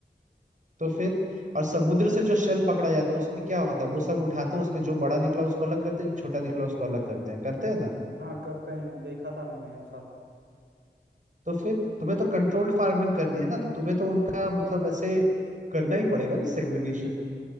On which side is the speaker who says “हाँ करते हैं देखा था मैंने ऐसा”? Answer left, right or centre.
Right